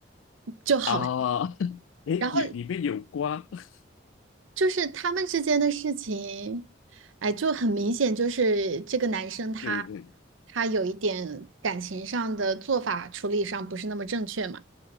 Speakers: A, on the right (about 85°); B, on the left (about 85°).
A: 就好，
B: 啊？<laughs> 诶，
A: 然后
B: 有里面有瓜？<laughs>
A: 就是他们之间的事情，哎，就很明显，就是这个男生他
B: 对对对，
A: 他有一点感情上的做法处理上不是那么正确嘛。